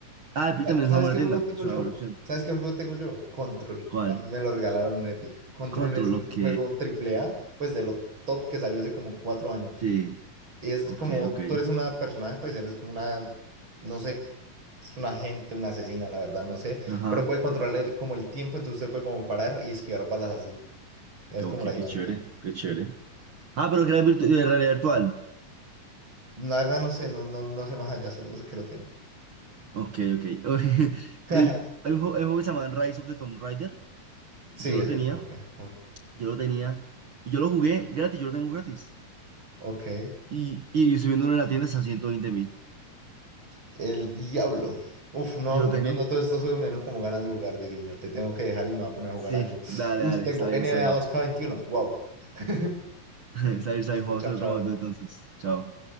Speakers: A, on the right; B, on the right.
A: Ah, Epic
B: Ya,
A: también
B: ¿Sabes
A: es una buena
B: qué
A: tienda,
B: juego tengo
A: es
B: yo?
A: una buena opción.
B: ¿Sabes qué juego tengo yo? Control.
A: ¿Cuál?
B: También me lo regalaron en Epic. Control
A: Control,
B: es un
A: ok.
B: juego triple A, pues de lo top que salió hace como cuatro años.
A: Sí,
B: Y es
A: ok,
B: como,
A: ok.
B: tú eres una personaje, pues eres como una, no sé, es una agente, una asesina, la verdad, no sé,
A: Ajá.
B: pero puede controlar el- como el tiempo, entonces usted puede como parar y esquivar balas así. Es
A: Qué,
B: como
A: ok,
B: la dinámica.
A: qué chévere, qué chévere. Ah, pero que era virtu- de realidad virtual.
B: La verdad no sé, no, no, no sé más allá, solo sé que lo tengo.
A: Ok, ok. <laughs> Eh,
B: <laughs>
A: Hay un juego, hay un juego que se llama Rise of the Tomb Raider.
B: Sí,
A: Yo lo
B: ese
A: tenía,
B: es lo real,
A: yo lo tenía. Y yo lo jugué gratis, yo lo tengo gratis.
B: Ok.
A: Y, y subiéndolo en la tienda está a ciento veinte mil.
B: El diablo. Uf, no,
A: Yo lo tengo.
B: viendo todos estos juegos me dieron como ganas de jugar de guiño. Te tengo que dejar y me voy a poner a jugar
A: Sí,
B: algo.
A: dale,
B: Uf,
A: dale,
B: tengo
A: está bien,
B: NBA
A: está bien.
B: dos k veintiuno Wow. <laughs>
A: <laughs> Está bien,
B: Listo,
A: vamos
B: chao,
A: a hacer
B: chao.
A: otro momento entonces. Chao.